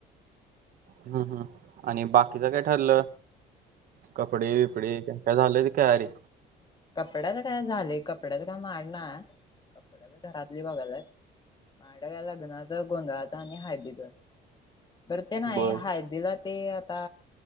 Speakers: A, on the right (about 55°); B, on the left (about 25°).
A: हम् हम् आणि बाकीचं काय ठरलं कपडे बिपडे काय झालं की तयारी.
B: कपड्याच काय झाले कपड्याच काय माझ्या कड नाहीये कपडे तर घरातली बघायलाय माझ्याकड लग्नाचं गोंधळाच आणि हळदीच. बरं ते नाही
A: बर
B: हळदीला ते आता